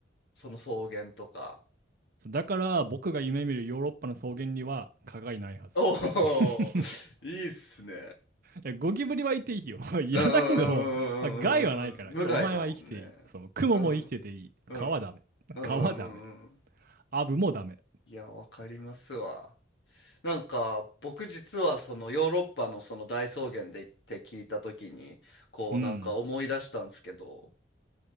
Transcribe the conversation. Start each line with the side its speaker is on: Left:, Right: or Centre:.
Left: その草原とか。
Right: い。だから僕が夢見るヨーロッパの草原には蚊がいないはず。
Left: お
Right: <laughs>
Left: お、いいっすね。
Right: いやゴキブリはいていいよ。<laughs> 嫌だけど、
Left: うんうんうんうんうんうんうん。
Right: あ害はないから。
Left: 無害だもんね。
Right: いやお前は生きていい。その、クモも生きてていい。
Left: うんうんうんうんうんうん。
Right: 蚊はダメ。蚊はダメ。アブもダメ。
Left: いやわかりますわ。なんか僕実はそのヨーロッパのその大草原で行って聞いた時にこうなんか思い出したんですけど
Right: うん。